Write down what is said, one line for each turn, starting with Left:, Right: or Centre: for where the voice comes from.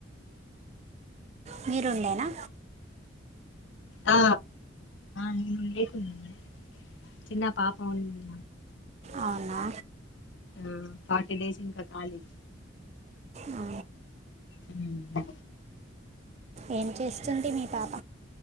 Right: మీరుండేనా
Left: ఆ నేను లేకున్నా చిన్న పాప ఉంది
Right: అవునా
Left: ఉమ్ ఫార్టీ డేస్ ఇంక ఖాళీ
Right: ఆ,
Left: అ
Right: ఏం చేస్తుంది మీ పాప